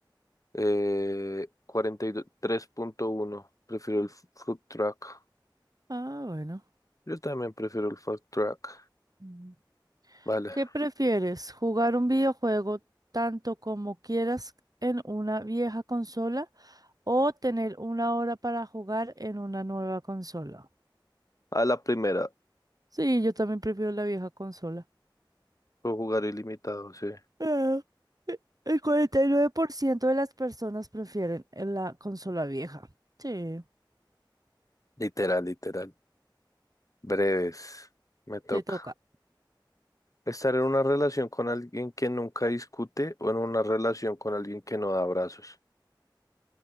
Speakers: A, on the left; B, on the right.
A: eh, cuarenta y tres punto uno prefiero el f- food truck.
B: Ah, bueno.
A: Yo también prefiero el food truck.
B: Mm.
A: Vale.
B: ¿Qué prefieres? ¿Jugar un videojuego tanto como quieras en una vieja consola o tener una hora para jugar en una nueva consola?
A: A la primera.
B: Sí, yo también prefiero la vieja consola.
A: Puedo jugar ilimitado, sí.
B: Ah, e- El 49% de las personas prefieren en la consola vieja. Sí,
A: Literal, literal. Breves. Me toca.
B: te toca.
A: Estar en una relación con alguien que nunca discute o en una relación con alguien que no da abrazos.